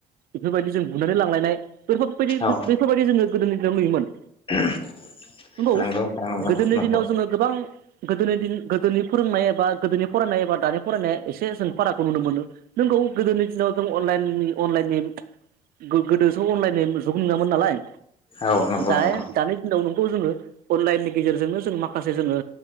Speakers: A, on the right; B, on the left.
A: बेफोरबायदि जों बुनानै लांलायनाय बेफोरबायदि
B: औ
A: बेफोरबायदि जोङो गोदोनि दिनाव नुयोमोन।
B: <inaudible>
A: नंगौ
B: नंगौ
A: गोदोनि
B: नंगौ
A: दिनाव जोङो गोबां गोदोनि दिन गोदोनि फोरोंनाय एबा गोदोनि फरायनाय एबा दानि फरायनाया एसे जों फारागखौ नुनो मोनो नोंगौ गोदोनि दिनाव जों अनलाइननि अनलाइननि गोदोसो अनलाइननि जुग नङामोन नालाय
B: औ नंगौ
A: दा
B: नंगौ
A: दानि दिनाव नों खौ जोङो अनलाइननि गेजेरजोंनो जों माखासे जोङो